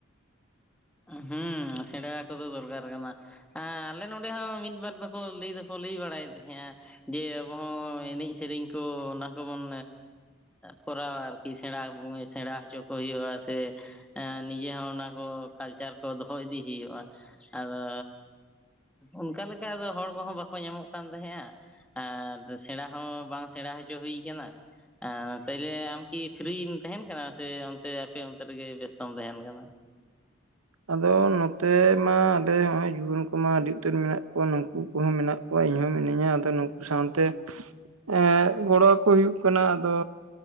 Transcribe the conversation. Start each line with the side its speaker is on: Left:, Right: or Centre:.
Centre: ᱦᱩᱸ ᱥᱮᱬᱟᱣᱟ ᱠᱚᱫᱚ ᱫᱚᱨᱠᱟᱨ ᱠᱟᱱᱟ᱾ ᱟᱸ ᱟᱞᱮ ᱱᱚᱰᱮ ᱦᱚᱸ ᱢᱤᱫ ᱵᱟᱨ ᱫᱚᱠᱚ ᱞᱟᱹᱭ ᱫᱚᱠᱚ ᱞᱟᱹᱭ ᱵᱟᱲᱟᱭᱮᱫ ᱛᱟᱦᱮᱸᱫ-ᱟ᱾ ᱡᱮ ᱟᱵᱚ ᱦᱚᱸ ᱮᱱᱮᱡ ᱥᱮᱨᱮᱧ ᱠᱚ ᱚᱱᱟ ᱠᱚᱵᱚᱱ ᱠᱚᱨᱟᱣᱟ ᱟᱨᱠᱤ ᱥᱮᱬᱟ ᱟᱵᱩ ᱥᱮᱬᱟ ᱦᱚᱪᱚ ᱠᱚ ᱦᱩᱭᱩᱜ-ᱟ ᱥᱮ᱾ ᱮᱸ ᱱᱤᱡᱮ ᱦᱚᱸ ᱚᱱᱟ ᱠᱚ ᱠᱟᱞᱪᱟᱨ ᱠᱚ ᱫᱚᱦᱚ ᱤᱫᱤ ᱦᱩᱭᱩᱜ-ᱟ ᱟᱨ ᱫᱚ ᱚᱱᱠᱟ ᱞᱮᱠᱟ ᱟᱫᱚ ᱦᱚᱲ ᱠᱚᱦᱚᱸ ᱵᱟᱠᱚ ᱧᱟᱢᱚᱜ ᱠᱟᱱ ᱛᱟᱦᱮᱸᱫ-ᱟ᱾ ᱟᱨ ᱥᱮᱬᱟ ᱦᱚᱸ ᱵᱟᱝ ᱥᱮᱬᱟ ᱦᱚᱪᱚ ᱦᱩᱭ ᱠᱟᱱᱟ᱾ ᱮᱸ ᱛᱟᱦᱞᱮ ᱟᱢ ᱠᱤ ᱯᱷᱨᱤᱢ ᱛᱟᱦᱮᱸᱱ ᱠᱟᱱᱟ ᱥᱮ ᱚᱱᱛᱮ ᱟᱯᱮ ᱚᱱᱛᱮ ᱨᱮᱜᱮ ᱵᱮᱥᱛᱚᱢ ᱛᱟᱦᱮᱸᱱ ᱠᱟᱱᱟ᱾
Right: ᱟᱫᱚ ᱱᱚᱛᱮ ᱢᱟ ᱟᱞᱮ ᱦᱚᱸᱜ-ᱚᱭ ᱡᱩᱣᱟᱹᱱ ᱠᱚᱢᱟ ᱟᱹᱰᱤ ᱩᱛᱟᱹᱨ ᱢᱮᱱᱟᱜ ᱠᱚᱣᱟ᱾ ᱱᱩᱠᱩ ᱠᱚᱦᱚᱸ ᱢᱮᱱᱟᱜ ᱦᱳᱭ ᱤᱧ ᱦᱚᱸ ᱢᱤᱱᱟᱹᱧᱟ, ᱟᱫᱚ ᱱᱩᱠᱩ ᱥᱟᱶᱛᱮ ᱮᱸ ᱜᱚᱲᱚ ᱟᱠᱚ ᱦᱩᱭᱩᱜ ᱠᱟᱱᱟ᱾ ᱟᱫᱚ